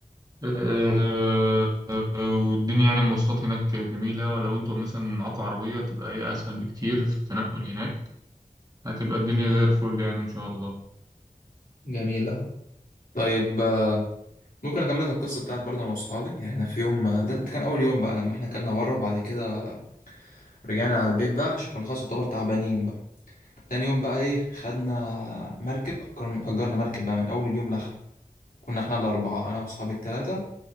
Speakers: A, on the right; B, on the left.
A: آه، آه، والدنيا يعني المواصلات هناك جميلة لو انتوا مثلا معاكوا عربية تبقى ايه اسهل بكتير في التنقل هناك هتبقى الدنيا زي الفل يعني ان شاء الله
B: جميل أوي طيب آه، ممكن اكمل لك القصة بتاعت برضه انا واصحابي يعني احنا في يوم آه، ده ده كان اول يوم بقى لما احنا كلنا بره وبعد كده رجعنا على البيت بقى عشان كنا خلاص يعتبر تعبانين بقى تاني يوم بقى ايه خدنا مركب أجرنا أجرنا مركب بقى من اول اليوم لاخره كنا احنا الأربعة أنا وأصحابي التلاتة